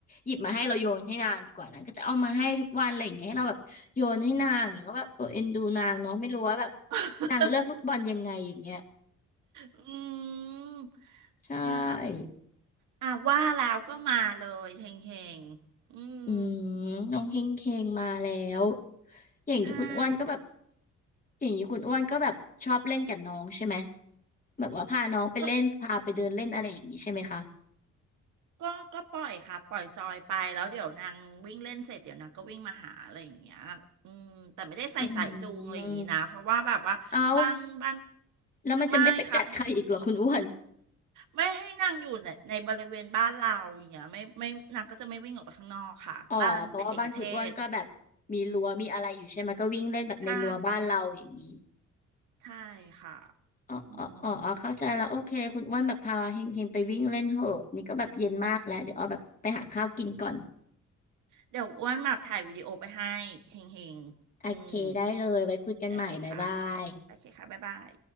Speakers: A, on the left; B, on the right.
A: หยิบมาให้เราโยนให้นางดีกว่านางก็จะเอามาให้ทุกวันอะไรอย่างเงี้ยให้เราแบบโยนให้นางอย่างเงี้ยก็แบบเออเอ็นดูนางเนาะไม่รู้ว่าแบบ
B: <laughs>
A: นางเลือกลูกบอลยังไงอย่างเงี้ย
B: อืม
A: ใช่
B: เนี่ยอ่ะว่าแล้วก็มาเลยเฮงๆอืม
A: อืมน้องเฮงเฮงมาแล้วอย่างนี้คุณอ้วนก็แบบ
B: ใช่เดี๋ยว
A: อย่างนี้คุณอ้วนก็แบบชอบเล่นกับน้องใช่ไหมแบบว่าพาน้องไปเล่นพาไปเดินเล่นอะไรอย่างนี้ใช่ไหมคะ
B: ก็ก็ก็ปล่อยค่ะปล่อยจอยไปแล้วเดี๋ยวนางวิ่งเล่นเสร็จเดี๋ยวนางก็วิ่งมาหาอะไรอย่างเงี้ยอืมแต่ไม่ได้ใส่สายจูงอะไรอย่างงี้นะเพราะว่าแบบว่าบ้านบ้าน
A: อืมเอาแล้วมันจะไม่ไปกัดใครอีกเหรอคุณอ้วน
B: ไม่ค่ะไม่ให้นางอยู่ในในบริเวณบ้านเราอย่างเงี้ยไม่ไม่นางก็จะไม่วิ่งออกไปข้างนอกค่ะบ้านเป็นเอกเทศ
A: อ๋อเพราะว่าบ้านคุณอ้วนก็แบบมีรั้วมีอะไรอยู่ใช่ไหมก็วิ่งเล่นแบบในรั้วบ้านเราอย่างนี้
B: ใช่ใช่ค่ะ
A: อ๋ออ๋อ
B: อืม
A: อ๋อ อ๋อ เข้าใจแล้วโอเคคุณอ้วนแบบพาเฮงเฮงไปวิ่งเล่นเหอะนี่ก็แบบเย็นมากแล้วเดี๋ยวอ้อแบบไปหาข้าวกินก่อน
B: เดี๋ยวอ้วนมาถ่ายวิดีโอไปให้เฮงเฮง
A: โอเคได้เลยไว้คุยกันใหม่บ๊ายบาย
B: อืมโอเคค่ะโอเคค่ะบ๊ายบาย